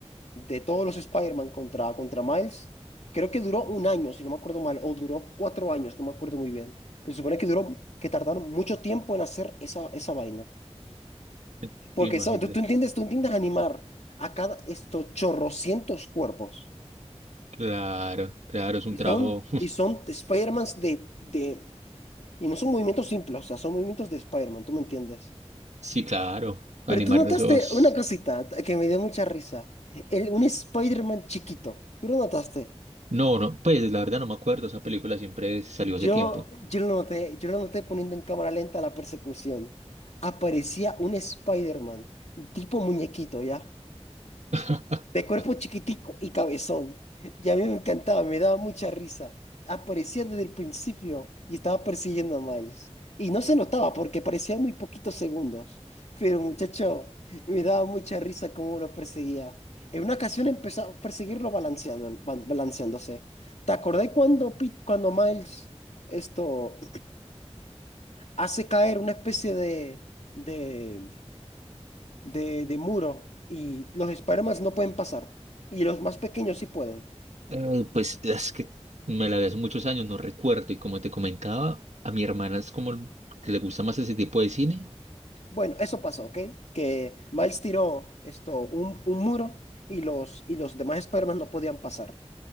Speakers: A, on the left (about 75°); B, on the right (about 85°).
A: de todos los Spider-Man contra, contra Miles, creo que duró un año, si no me acuerdo mal, o duró cuatro años, no me acuerdo muy bien. Pero se supone que duró, que tardaron mucho tiempo en hacer esa, esa vaina.
B: <laughs>
A: Porque
B: Imagínate.
A: ¿sabes? Tú, tú entiendes, tú entiendes animar a cada estos chorrocientos cuerpos.
B: Claro, claro, es un
A: Y
B: trabajo.
A: son, y son Spider-Mans de, de. Y no son movimientos simples, o sea, son movimientos de Spider-Man, ¿tú me entiendes?
B: <laughs> Sí, claro, animar
A: Pero tú notaste
B: esos.
A: una cosita t- que me dio mucha risa. El, un Spider-Man chiquito. ¿Tú lo notaste?
B: No, no, pues la verdad no me acuerdo, esa película siempre salió
A: Yo,
B: hace tiempo.
A: yo lo noté, yo lo noté poniendo en cámara lenta la persecución. Aparecía un Spider-Man, tipo muñequito, ¿ya?
B: <laughs>
A: de cuerpo chiquitico y cabezón. Y a mí me encantaba, me daba mucha risa. Aparecía desde el principio y estaba persiguiendo a Miles. Y no se notaba porque parecían muy poquitos segundos. Pero muchacho, me daba mucha risa cómo lo perseguía. En una ocasión empezó a perseguirlo balanceando, ba- balanceándose. ¿Te acordás cuando, Pit- cuando Miles esto hace caer una especie de, de, de, de muro y los Spider-Man no pueden pasar? Y los más pequeños sí pueden.
B: Eh, pues es que me la vi hace muchos años, no recuerdo. Y como te comentaba, a mi hermana es como el- que le gusta más ese tipo de cine.
A: Bueno, eso pasó, ¿ok? Que Miles tiró esto, un, un muro y los, y los demás Spider-Man no podían pasar.